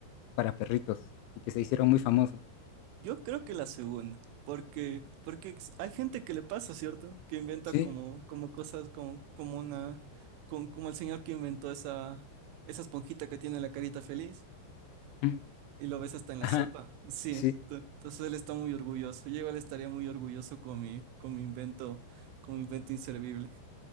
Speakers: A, on the left; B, on the right.
A: para perritos y que se hicieron muy famosos.
B: Yo creo que la segunda, porque, porque ex- hay gente que le pasa, ¿cierto? Que inventa
A: Sí,
B: como, como cosas, como, como una, con- como el señor que inventó esa, esa esponjita que tiene la carita feliz
A: mm,
B: y lo ves hasta en la
A: ajá,
B: sopa. Sí,
A: sí,
B: t- entonces él está muy orgulloso. Yo igual estaría muy orgulloso con mi, con mi invento, con mi invento inservible.